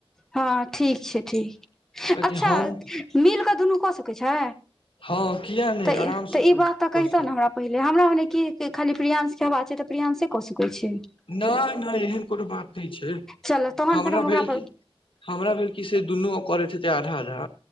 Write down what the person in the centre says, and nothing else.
हँ ठीक छै ठीक
अच्छा
मिलकेऽ दुनू कऽ सकैत छै
त ई
त
ई
बात त कहितौ
ने हमरा पहिले हमरा ओने की खाली प्रियंसके हवा छै तऽ प्रियंशे कऽ सकैत छै
चल तहन
फेर हम
ओकरा पर